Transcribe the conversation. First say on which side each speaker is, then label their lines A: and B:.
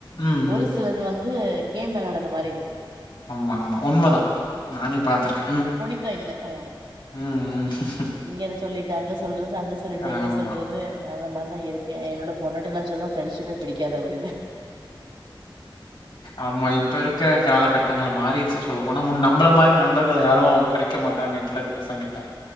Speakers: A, on the left; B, on the right.
A: ம்,
B: ஒரு
A: ம்.
B: சிலது வந்து கேம் விளாடுற மாரிருக்கு
A: ஆமா ஆமா உண்மதா நானே பாத்துருக்க
B: புனிதொ இல்ல ம்
A: ம் ம்
B: இங்கன சொல்லிட்டு அங்க சொல்றது அங்க சொல்லிட்டு
A: ஆமா.
B: இங்க சொல்றது அந்த மாரிதா இருக்கு என்னோட பொண்ணுட்ட நா சொல்லுவ ஃப்ரண்ட்ஷிப்பே பிடிக்காது அப்டிம்பே
A: ஆமா இப்பருக்க காலகட்டங்ள் மாறிருச்சு சொல்ல போனா முன் நம்மள மாரி நண்பர்கள் யாரு கெடைக்க மாட்டாங்க இப்பருக்க பசங்க கிட்ட